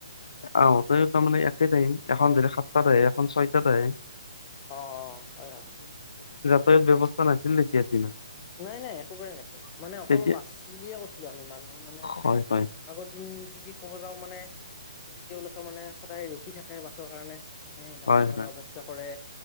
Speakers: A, on the left; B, on the left.
A: আহোঁতে তাৰমানে একে টাইম এখন ধৰি সাতটাত আহে এখন ছয়টাত আহে
B: অ হয় হয় হয়
A: তায়তৰ ব্যৱস্থা নছিলে তেতিয়া দিনত
B: নাই নাই একোবাৰে নাছিল মানে অকল
A: তেতিয়া
B: বাছ বুলিয়ে কৈছিলো আমি মানুহ মানে
A: হয় হয়
B: আগৰ দিন যদি ক'ব যাওঁ মানে এই তেওঁলোকে মানে সদায় ৰখি থাকে বাছৰ কাৰণে মানে বাছৰ
A: হয়
B: কাৰণে
A: হয়
B: অৱজ্ঞা কৰে